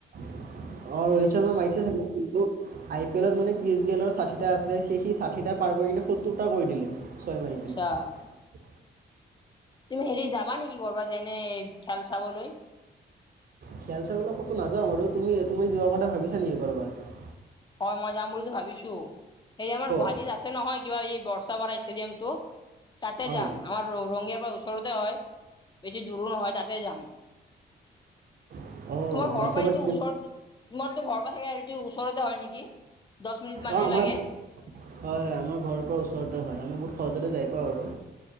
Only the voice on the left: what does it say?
আচ্ছা
তুমি হেৰি যাবা নেকি কৰবা যেনে খেল চাবলৈ?
হয় মই যাম বুলিো ভাবিছো, এই আমাৰ
গুৱাহাটীত আছে নহয় কিবা এই াৰ ষ্টেডিয়াম টো তাতে যাম
আমাৰ ৰঙিয়াৰ পৰা ওচৰতে হয়। বেছি দৰো নহয় তাতে যাম।
তোমাৰ
ঘৰ পৰা এইটো ওচৰত তোমাৰতো ঘৰৰ পৰা থাকে আৰুটো ওচৰতে হয় নেকি? দচ মিনিট মানহে
লাগে।